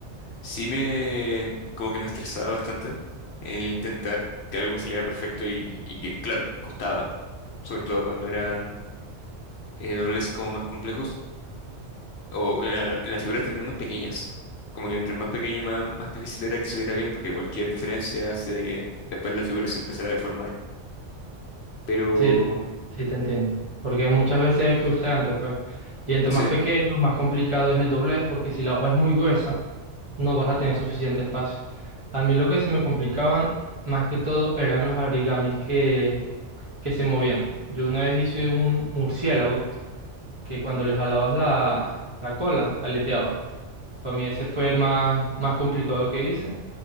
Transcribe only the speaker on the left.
Sí me, como que me estresaba bastante el intentar que algo me saliera perfecto y, y que, claro, costaba, sobre todo cuando eran eh, dobleces como más complejos o en, la- en las figuras también más pequeñas. Como que entre más pequeño, más, más difícil era que saliera bien porque cualquier diferencia hacía que después la figura se empezara a deformar. Pero
sí,